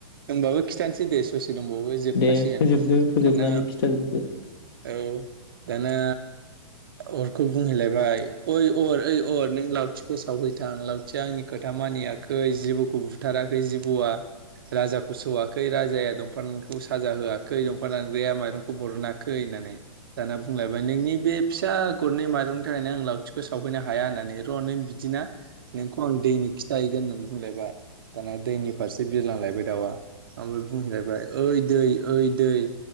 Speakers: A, on the right; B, on the left.
A: होनबाबो खिथानोसै दे ससे दंबावो जोबखासिगोन
B: दे फोजोबदो फोजोबनानै
A: दाना
B: खिथाजोबदो
A: औ दाना अरखौ बुंहैलायबाय ओइ अर ओइ अर नों लावथिखौ सावहैथां लावथिया आंनि खोथा मानियाखै जिबौखौ बुथाराखै जिबौआ राजाखौ सौवाखै राजाया दंफां दांगखौ साजा होआखै दंफां दानांग्रया माइरंखौ बरनाखै होननानै दाना बुंलायबाय नोंनि बे फिसा गरनै माइरंनि थाखायनो आं लावथिखौ सावफैनो हाया होननानै र' नों बिदिना नोंखौ आं दैनो खिथाहैगोन होननानै बुंलायबाय दाना दैनि फारसे बिरलांलाय बाय दाउआ ओमफ्राय बुंहैलायबाय ओइ दै ओइ दै